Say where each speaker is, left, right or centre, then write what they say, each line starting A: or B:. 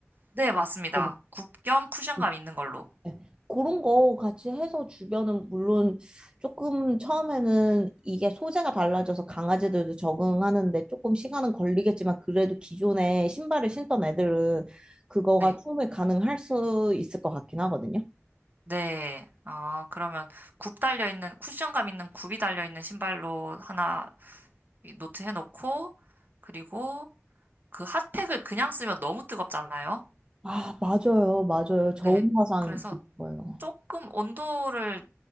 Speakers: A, on the right (about 40°); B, on the right (about 20°).
A: 네, 맞습니다.
B: 네,
A: 굽 겸 쿠션감
B: 네.
A: 있는 걸로.
B: 네. 그런 거 같이 해서 주변은 물론 조금 처음에는 이게 소재가 달라져서 강아지들도 적응하는데 조금 시간은 걸리겠지만 그래도 기존에 신발을 신던 애들은 그거가
A: 네.
B: 충분히 가능할 수 있을 것 같긴 하거든요.
A: 네. 아, 그러면 굽 달려 있는, 쿠션감 있는 굽이 달려 있는 신발로 하나 노트 해놓고, 그리고 그 핫팩을 그냥 쓰면 너무 뜨겁잖아요.
B: 아, 맞아요. 맞아요. 저온화상
A: 네. 그래서
B: 거예요.
A: 조금 온도를